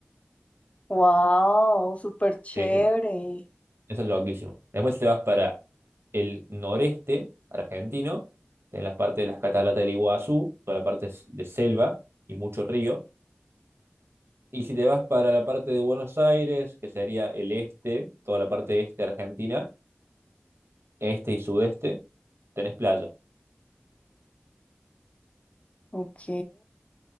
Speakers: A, on the left; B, on the right.
A: wow, súper chévere.
B: Sí, sí. Eso es loquísimo. Después si te vas para el noreste argentino, en las partes de las cataratas del Iguazú, toda la parte s- de selva y mucho río. Y si te vas para la parte de Buenos Aires, que sería el este, toda la parte este argentina, este y sudeste, tenés playa.
A: Ok.